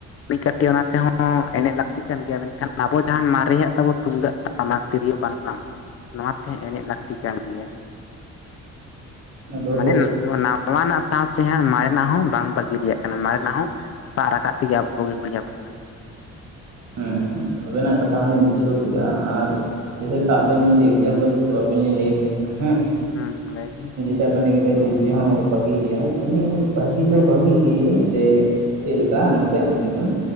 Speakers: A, on the left (about 50°); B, on the right (about 70°).
A: ᱢᱤᱫ ᱠᱟᱹᱴᱤᱡ ᱚᱱᱟ ᱛᱮᱦᱚᱸ ᱮᱱᱮᱡ ᱞᱟᱹᱠᱛᱤ ᱠᱟᱱ ᱜᱮᱭᱟ ᱢᱮᱱᱠᱷᱟᱱ ᱟᱵᱚ ᱡᱟᱦᱟ ᱢᱟᱨᱮᱭᱟᱜ ᱛᱟᱵᱚ ᱛᱩᱢᱫᱟᱹᱜ, ᱴᱟᱢᱟᱠ, ᱛᱤᱨᱭᱳ ᱵᱟᱱᱟᱢ ᱱᱚᱣᱟ ᱛᱮᱦ ᱮᱱᱮᱡ ᱞᱟᱹᱠᱛᱤ ᱠᱟᱱ ᱜᱮᱭᱟ᱾
B: ᱟᱫᱚ
A: ᱢᱟᱱᱮ ᱱᱟᱣᱟᱱᱟᱜ ᱥᱟᱶᱛᱮᱦᱟᱸᱜ ᱢᱟᱨᱮᱱᱟᱜ ᱦᱚᱸ ᱵᱟᱝ ᱵᱟᱹᱜᱤ ᱨᱮᱭᱟᱜ ᱠᱟᱱᱟ ᱢᱟᱨᱮᱱᱟᱜ ᱦᱚᱸ ᱥᱟᱵ ᱨᱟᱠᱟᱵ ᱛᱮᱜᱮ ᱟᱵᱚᱜᱮ ᱦᱩᱭ ᱟᱵᱚᱱᱟ᱾
B: ᱦᱮᱸ ᱟᱵᱮᱱᱟᱜ ᱠᱟᱛᱷᱟ ᱦᱚᱸᱞᱤᱧ ᱵᱩᱡᱷᱟᱹᱣ ᱴᱮᱫᱟ ᱟᱨ ᱡᱮᱥᱮ ᱥᱮ ᱟᱵᱮᱱ ᱢᱤᱫᱴᱮᱱ ᱮᱠᱡᱟᱢᱯᱮᱞ ᱦᱤᱥᱟᱹᱵ ᱟᱵᱤᱱ ᱞᱤᱧ ᱞᱟᱹᱭ ᱟᱵᱤᱱ ᱠᱟᱱᱟ ᱦᱩᱸ᱾
A: ᱦᱩᱸ ᱞᱟᱹᱭ ᱵᱤᱱ ᱾
B: ᱞᱟᱹᱭ ᱠᱮᱫᱟ ᱰᱤᱡᱮ ᱦᱚᱸ ᱵᱷᱟᱜᱤ ᱜᱮᱭᱟ ᱵᱷᱟᱹᱜᱤ ᱫᱚ ᱵᱷᱟᱜᱤ ᱜᱮ ᱥᱮ ᱪᱮᱜᱞᱮᱠᱟ ᱱᱚᱛᱮ ᱟᱸᱡᱚᱢ ᱵᱤᱱ